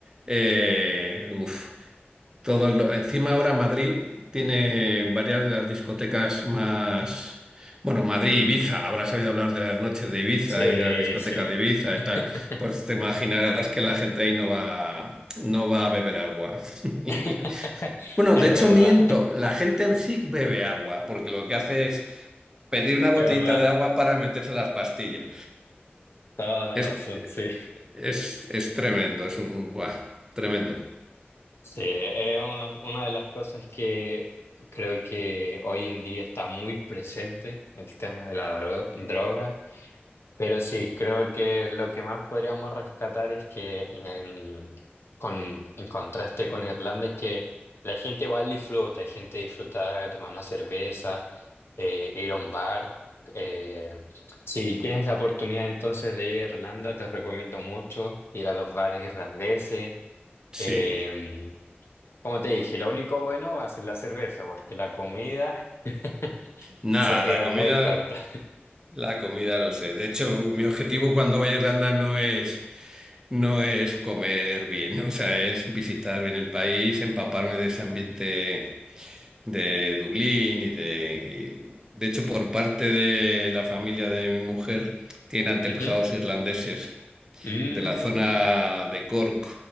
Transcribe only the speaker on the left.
sí,
sí.
<laughs>
<clears throat>
Es
verdad,
verdad,
toda la
razón, sí.
Sí, es una, una de las cosas que creo que hoy en día está muy presente, el tema de la dro- droga. Pero sí, creo que lo que más podríamos rescatar es que en, con, en contraste con Irlanda es que la gente igual disfruta, hay gente disfruta de tomar una cerveza, eh, ir a un bar. eh, si tienes la oportunidad entonces de ir a Irlanda, te recomiendo mucho ir a los bares irlandeses.
Eh, como te dije, lo único bueno va a ser la cerveza, porque la comida <laughs>
se queda
muy corta.
Ujú.
Mm.